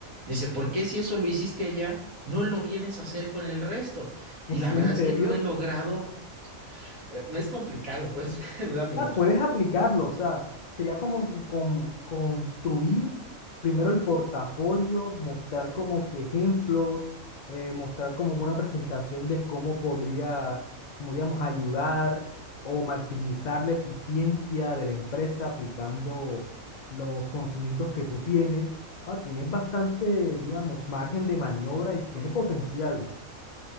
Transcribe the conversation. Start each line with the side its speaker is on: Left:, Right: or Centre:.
Right: Dice, ¿por qué si eso lo hiciste allá, no lo vienes a hacer con el resto?
Left: ¿Es
Right: Y la
Left: en
Right: verdad es
Left: serio?
Right: que no he logrado, eh, me es complicado, pues <laughs> me da miedo.
Left: Ah, puedes aplicarlo, o sea, sería como que con- construir primero el portafolio, mostrar como que ejemplos, eh, mostrar como una presentación de cómo podría, como digamos, ayudar o maximizar la eficiencia de la empresa aplicando los conocimientos que tú tienes. Ah, tienes bastante, digamos, margen de maniobra y tiene potencial.